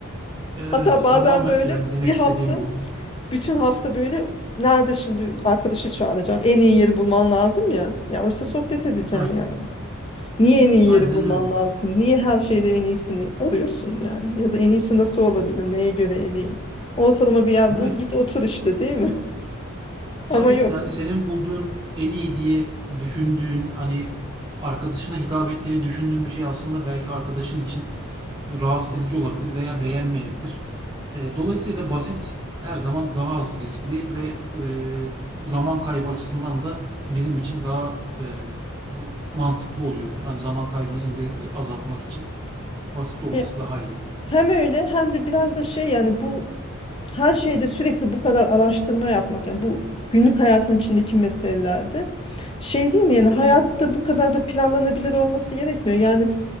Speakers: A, on the right (about 20°); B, on the left (about 25°).
A: evet
B: Hatta bazen
A: tamamen
B: böyle
A: yani demek
B: bir
A: istediğim
B: hafta,
A: bu.
B: bütün hafta böyle nerede şimdi arkadaşı çağıracağım. En iyi yeri bulman lazım ya. Ya oysa sohbet edeceksin
A: Heh,
B: yani. Niye en iyi
A: aynen
B: yeri bulman
A: öyle.
B: lazım? Niye her şeyde en iyisini arıyorsun yani? Ya da en iyisi nasıl olabilir? Neye göre en iyi? Ortalama bir yer
A: Evet.
B: bul, git otur işte değil mi? <laughs> Ama
A: Tabii
B: yok.
A: yani senin bulduğun en iyi diye düşündüğün hani arkadaşına hitap ettiğini düşündüğün bir şey aslında belki arkadaşın için rahatsız edici olabilir veya beğenmeyebilir. E, dolayısıyla basit her zaman daha az riskli ve e, zaman kaybı açısından da bizim için daha e, mantıklı oluyor. Hani zaman kaybını indir azaltmak için basit olması
B: Ya,
A: daha iyi.
B: hem öyle hem de biraz da şey yani bu her şeyde sürekli bu kadar araştırma yapmak yani bu günlük hayatın içindeki meselelerde şey değil mi yani hayatta bu kadar da planlanabilir olması gerekmiyor. Yani